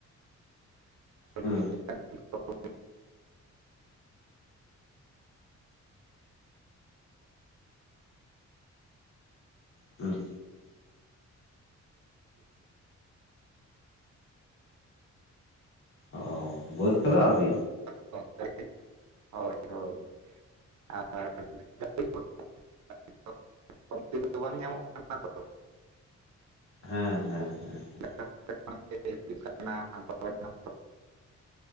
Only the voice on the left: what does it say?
ᱦᱩᱸ
ᱦᱮᱸ᱾ ᱚᱻ, ᱵᱟᱹᱫᱽ ᱠᱚᱫᱚ ᱟᱹᱣᱨᱤ᱾
ᱦᱮᱸ ᱦᱮᱸ ᱦᱮᱸ ᱦᱮᱸ᱾